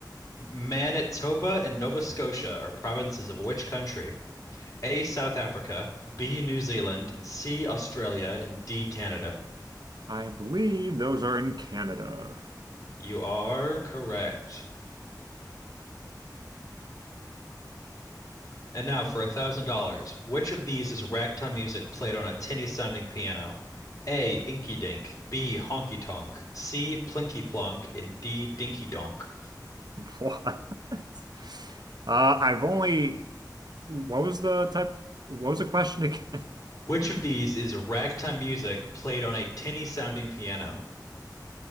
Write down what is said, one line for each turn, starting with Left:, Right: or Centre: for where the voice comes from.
Left: Manitoba and Nova Scotia are provinces of which country? A, South Africa, B, New Zealand, C, Australia, and D, Canada.
Right: I believe those are in Canada.
Left: You are correct. And now for a thousand dollars, which of these is ragtime music played on a tinny sounding piano? A, Inky Dink, B, Honky Tonk, C, Plinky Plonk, and D, Dinky Donk.
Right: <laughs> What? Uh, I've only. What was the type? What was the question again? <laughs>
Left: Which of these is ragtime music played on a tinny sounding piano?